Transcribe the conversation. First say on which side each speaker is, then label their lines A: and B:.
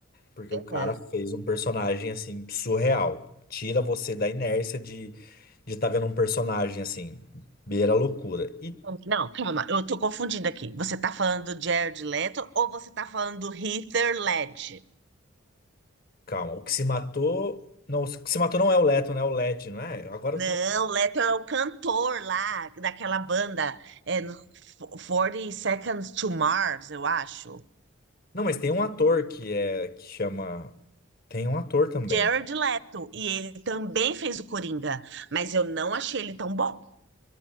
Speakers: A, on the left; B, on the right.
A: Porque
B: Uhum.
A: o cara fez um personagem assim surreal. Tira você da inércia de de estar vendo um personagem assim, beira a loucura. E
B: Não, calma, eu tô confundindo aqui. Você tá falando do Jared Leto ou você tá falando do Heath Ledger?
A: calma, o que se matou, não, o que se matou não é o Leto, né? É o Led, não é? Agora
B: Não,
A: eu tô
B: o Leto é o cantor lá daquela banda, é, no 40 Seconds to Mars, eu acho.
A: Não, mas tem um ator que é que chama tem um ator também.
B: Jared Leto, e ele também fez o Coringa, mas eu não achei ele tão bom.